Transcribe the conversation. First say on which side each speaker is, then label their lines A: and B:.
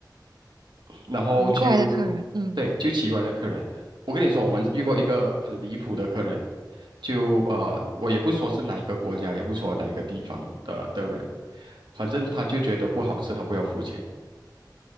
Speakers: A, on the right; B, on the right.
A: 然后就
B: 移过来的客人，嗯，
A: 对，就奇怪的客人。我跟你说，我们遇过一个很离谱的客人，就呃，我也不说是哪一个国家，也不说哪一个地方的的人，反正他就觉得不好吃，他不要付钱。